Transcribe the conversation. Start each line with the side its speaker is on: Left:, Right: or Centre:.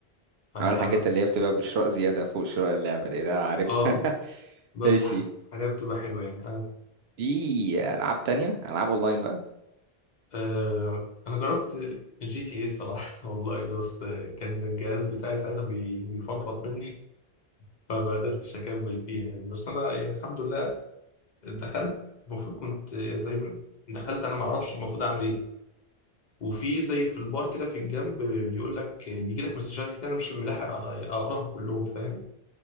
Left: فانت
Right: أول الحاجات اللي هي بتبقى بشراء زياده فوق شراء اللعبه دي ده عارف
Left: اه
Right: <laughs>
Left: بس
Right: ايش
Left: ح- حاجات بتبقى حلوة يعني اه
Right: في العاب تانية العاب اونلاين بقى
Left: آه، انا جربت جي تي اي الصراحة <laughs> والله بس آه، كان الجهاز بتاعي ساعتها بي- بيفرفط مني <laughs> فما قدرتش اكمل فيها يعني بس انا يعني الحمد لله دخلت المفروض كنت زي ما دخلت انا ما اعرفش المفروض اعمل ايه وفي زي في البار كده في الجنب بيقول لك بيجي لك مسجات كتير انا مش ملاحق اقراهم كلهم فاهم